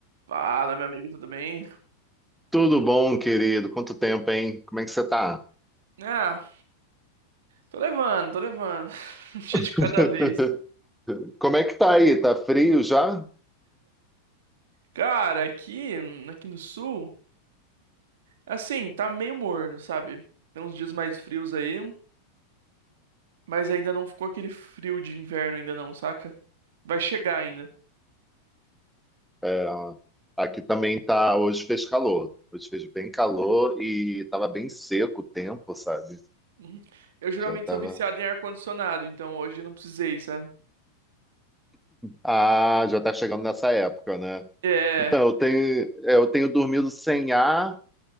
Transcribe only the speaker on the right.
Fala, meu amigo, tudo bem?
Ah, tô levando, tô levando. <laughs> Um dia
de cada vez.
Cara, aqui, aqui no sul, assim, tá meio morno, sabe? Tem uns dias mais frios aí, mas ainda não ficou aquele frio de inverno ainda não, saca? Vai chegar ainda. <laughs>
Uhum. Eu geralmente
sou viciado em ar-condicionado, então hoje eu não precisei, sabe?
É,